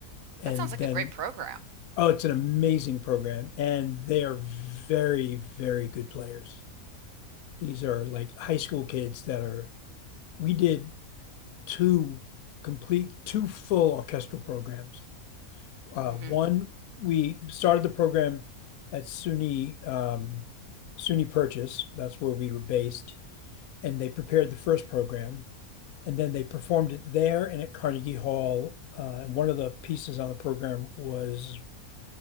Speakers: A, on the left; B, on the right.
A: and
B: That sounds like
A: then
B: a great program.
A: oh, it's an amazing program, and they are very, very good players. These are like high school kids that are. We did two complete, two full orchestral programs. Uh,
B: Mm
A: one,
B: hmm.
A: we started the program at SUNY um, SUNY Purchase. That's where we were based and they prepared the first program, and then they performed it there and at Carnegie Hall. Uh, and one of the pieces on the program was